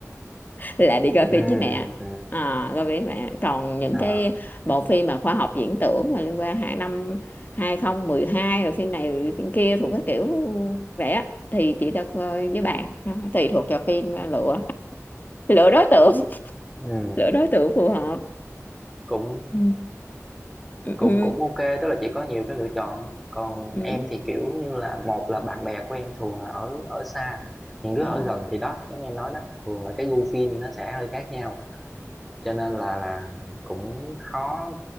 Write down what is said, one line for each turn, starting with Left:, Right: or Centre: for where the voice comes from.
Left: là đi coi
Centre: ừ
Left: phim với mẹ
Centre: ừ
Left: à, coi phim với mẹ còn những
Centre: à
Left: cái bộ phim mà khoa học viễn tưởng mà liên quan hai năm hai không một hai rồi phim này rồi phim kia thuộc cái kiểu vậy á thì chị đã coi với bạn nó tùy thuộc vào phim mà lựa lựa đối tượng
Centre: ừ
Left: lựa đối tượng phù hợp
Centre: cũng
Left: ừ ừ
Centre: cũng
Left: ừ
Centre: cũng ok tức là chị có nhiều cái lựa chọn còn
Left: ừ
Centre: em thì kiểu như là một là bạn bè của em thường là ở ở xa những đứa
Left: Ồ.
Centre: ở gần thì đó giống như em nói đó thường là cái gu phim nó sẽ hơi khác nhau cho nên là là cũng khó